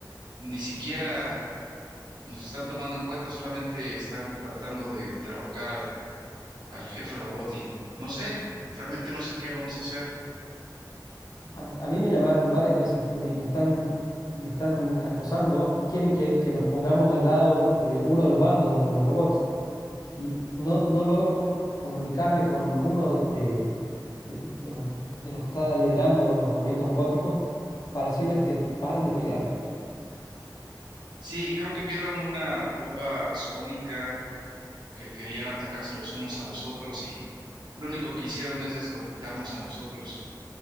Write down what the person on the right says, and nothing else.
ni siquiera nos están tomando en cuenta, solamente están tratando de derrocar al, al jefe robot y no sé, realmente no sé qué vamos a hacer.
Sí, creo que enviaron una bomba sónica porque querían atacarse los unos a los otros y lo único que hicieron es desconectarnos a nosotros.